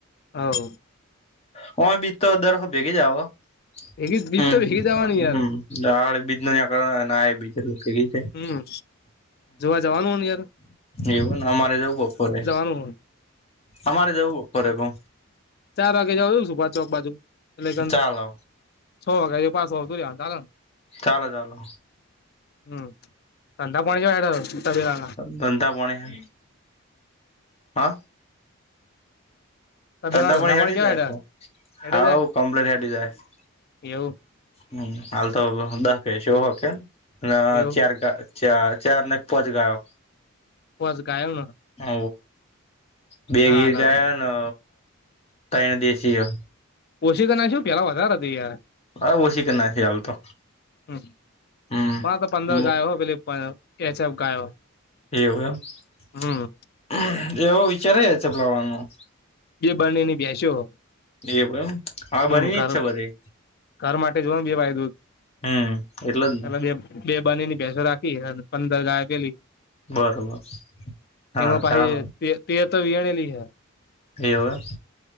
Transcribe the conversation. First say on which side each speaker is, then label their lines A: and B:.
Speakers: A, on the left (about 45°); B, on the left (about 30°).
A: હવ
B: કોય બી તો દરસો ભેગી જાવ. હ,
A: ભેગી
B: બીજ
A: તો ભેગી જવાની
B: ન
A: યાર
B: બીજ થઈ ગય છે.
A: હમ જોવા જવાનું હો ને યાર.
B: એવ અમારે જવ બ ફોરે.
A: હમ
B: અમારે જવું ઉપરે કો.
A: ચાર વાગે જવાું છું પાંચ વાગ બાજુ એટલે કે
B: ચાલો
A: છ, વાગ્યા પાંચ વાગ્યા તો રહ ચાલે ને?
B: ચાલો ચાલો.
A: હમ ધંધા પાણી કેવા હેડે તબેલા ના
B: દંધા પાણે છે. હા?
A: તબેલા
B: તંદાપણી
A: ના ધંધા
B: હેડી
A: પાણી કેવા
B: જાય
A: હેડે
B: ક,
A: હેડે
B: હા
A: જાય
B: કમપ્લેટ હેડી જાય.
A: એવું?
B: હ હાલ તો દસ પ છે, એ હો કે
A: એવું
B: ચાર ચાર ચાર ને એક પોચ ગાયો.
A: કોસ ગાયો ન.
B: હ બે
A: ચાલે
B: ગીર ગયાને તને દેશી.
A: ઓછી કર ના શું પેલા વધારારે હતા યાર.
B: હરે ઓછી કે ના શ હાલ તો.
A: હમ્મ, હમ્મ
B: હમ
A: માં તો પંદર ગાયો પેલી એચ એફ ગાયો.
B: કે એવું એમ
A: હમ
B: એવો વિચારે ચપલાવાનું.
A: બે બનેની બેસ્યો.
B: એ પણમ હા
A: હમ
B: બની ની
A: ખરું
B: જ છે બધી.
A: ઘર માટે જોઓ ને બે બાય દૂધ,
B: હમ જ ને
A: એટલે બે બે બાની ની ભેસો રાખી અને પંદર ગાય પેલી.
B: બરોબર હા,
A: એમાં પાછી
B: ચાલ.
A: તેર તો વણેલીઈ હ.
B: એયો?